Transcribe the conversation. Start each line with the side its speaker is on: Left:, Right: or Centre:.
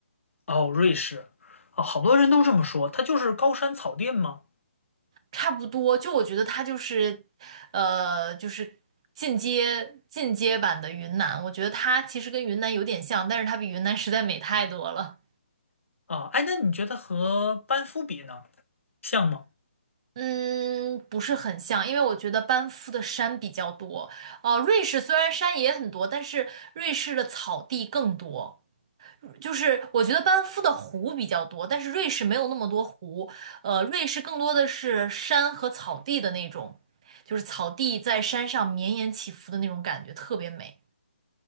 Left: 哦，瑞士，啊，好多人都这么说，它就是高山草甸吗？
Right: 差不多就我觉得它就是，呃，就是进阶进阶版的云南，我觉得它其实跟云南有点像，但是它比云南实在美太多了。
Left: 啊，哎，那你觉得和班夫比呢，像吗？
Right: 嗯，不是很像，因为我觉得班夫的山比较多。呃，瑞士虽然山也很多，但是瑞士的草地更多。就是我觉得班夫的湖比较多，但是瑞士没有那么多湖。呃，瑞士更多的是山和草地的那种，就是草地在山上绵延起伏的那种感觉，特别美。